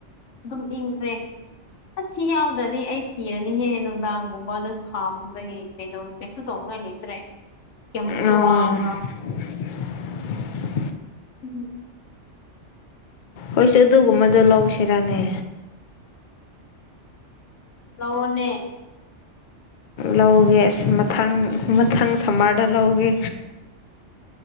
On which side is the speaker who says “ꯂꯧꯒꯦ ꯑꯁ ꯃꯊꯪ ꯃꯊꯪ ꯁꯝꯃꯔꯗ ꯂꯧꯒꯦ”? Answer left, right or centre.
Left